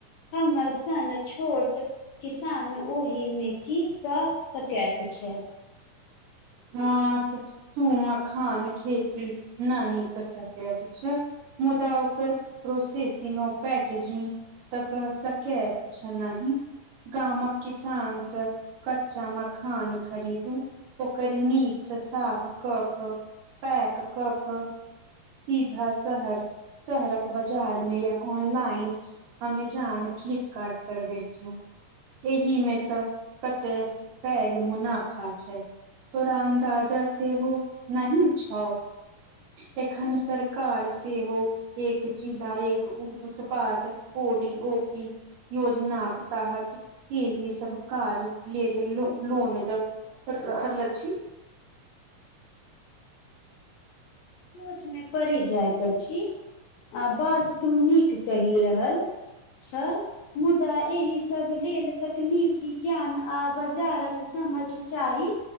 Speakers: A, on the left (about 75°); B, on the right (about 75°).
A: हमर सन छोट किसान ओहि मे की क सकैत छै
B: हँ त तू मखान खेती नाहि कर सकेत छ मुदा ओकर प्रोसेसि नो पैके तऽ क सकेत छ नाहि गामक किसानसँ कच्चा मखान खरीदू ओकर नीकसँ साफ कऽ कऽ पैक कऽ कऽ सीधा शहर शहरक बाजार मे या ऑनलाइन अमेजॉन फ्लिपकार्ड पर बेचू एहिहमे तऽ कते पैघ मुनाफा छै तोरा अन्दाजा सेहो नाहि छौ एखन सरकार सेहो एक चिला एक उत्पाद ओडी ओ पी योजनाक तहत एही सब काज ले ल ल लोन द रहल अछि
A: सोचमे पड़ि जाइत अछि आ बात तू नीक कहि रहल छ मुदा एहिसभ लेल तकनीकी ज्ञान आ बाजारक समझ चाही